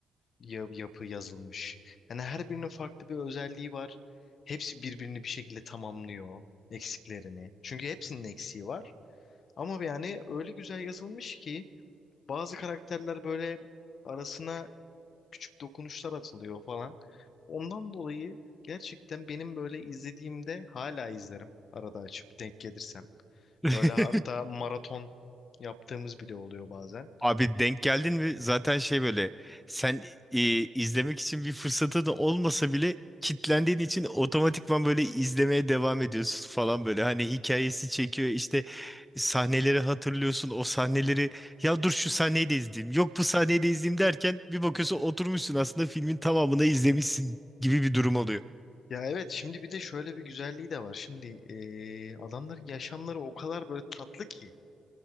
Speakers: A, on the left; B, in the centre.
A: ya- yapı yazılmış. Yani her birinin farklı bir özelliği var. Hepsi birbirini bir şekilde tamamlıyor eksiklerini. Çünkü hepsinin eksiği var. Ama yani öyle güzel yazılmış ki bazı karakterler böyle arasına küçük dokunuşlar atılıyor falan. Ondan dolayı gerçekten benim böyle izlediğimde hala izlerim arada açıp denk gelirsem.
B: <laughs>
A: Böyle hatta maraton yaptığımız bile oluyor bazen.
B: Abi denk geldin mi? Zaten şey böyle sen e, izlemek için bir fırsatın olmasa bile kitlendiğin için otomatikman böyle izlemeye devam ediyorsun falan böyle. Hani hikayesi çekiyor işte sahneleri hatırlıyorsun o sahneleri ya dur şu sahneyi de izleyeyim yok bu sahneyi de izleyeyim derken bir bakıyorsun oturmuşsun aslında filmin tamamını izlemişsin gibi bir durum oluyor.
A: Ya evet şimdi bir de şöyle bir güzelliği de var. Şimdi eee, adamların yaşamları o kadar böyle tatlı ki